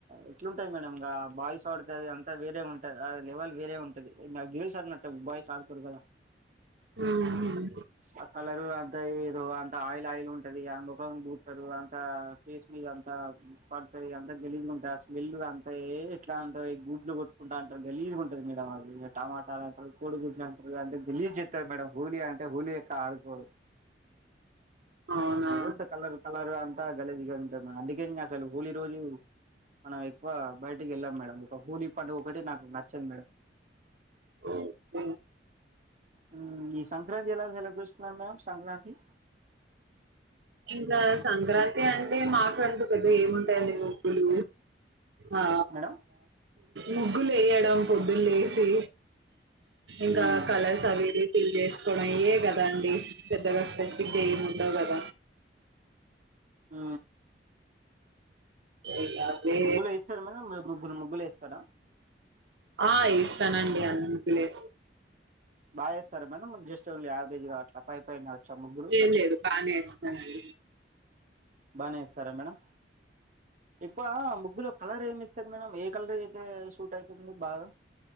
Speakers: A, on the right (about 45°); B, on the right (about 85°).
A: ఎట్లుంటాయి మేడమ్. ఇంగ బాయ్స్ ఆడితే, అది అంత వేరే ఉంటది. ఆ లెవెల్ వేరే ఉంటది గెల్స్ అన్నట్టు బాయ్స్ ఆడుకోరు కదా.
B: ఊహు
A: ఆ కలరు అంత ఏదో ఆన్. ఆయిల్ ఆయిల్ ఉంటది అ మొఖానికి పుత్తరు. అంత ఫేస్ మీద అంతా పడుతది. అంత గాలిజ్గుంటది ఆ స్మెల్ అంతాఏ ఎట్లా అంతే గుడ్లు కొట్టుకుంటా అంటారు గాలిజ్గుంటది మేడం అది టమాటాల. కోడిగుడ్ల అంటరు అంత గలీజ్ చేత్. అంతే మేడం హోలీ అంటే హోలీ లెక్క ఆడుకోరు.
B: అవునా
A: ఏదో ఇంత కలరు కలరు ఆన్. అ గలిజ్గా ఉంటది. మేడం అందుకే అసలు హోలీ రోజు మనం ఎక్కువ బయటకి వెళ్ళం. మేడం ఒక హోలీ పండుగ ఒకటి నాకు నచ్చంది.
B: ఓ హో
A: ఉమ్ ఈ సంక్రాంతి ఎలా సెలబ్రేషన్. మంనామ్ సంక్రాంతి
B: ఇంకా సంక్రాంతి అంటే మాకుండు పెద్దగ ఏముంటాయండి ముగ్గులు ఆ
A: మేడం
B: ముగ్గులు వేయడం పొద్దులు లేసి ఇంకా
A: మ్మ్
B: కలర్స్ అవి ఫిల్ చేసుకోవడం ఇయే కదా అండి. పెద్దగా స్పెసిఫిక్ గా ఏమి ఉండవు కద.
A: ఆ
B: ఇక అవే
A: మొబ్బులో ఏస్తార అన్నా మ ముగ్గులు వేత్తారా
B: ఆ ఇష్ తనండి అన్ని పేస్
A: బాగ ఏస్తార మెనమ్ జస్ట్ యావరేజ్ కాట్ల పై పైన వచ్చా ముగ్గులు
B: లేదు లేదు బానే ఇస్తానండి
A: బానే ఇస్తారా మేడం ఎక్కువ ముగ్గులో కలర్ ఏమి ఇస్తారు ఏ కలర్ అయితే సూట్ అయితుంది మేడం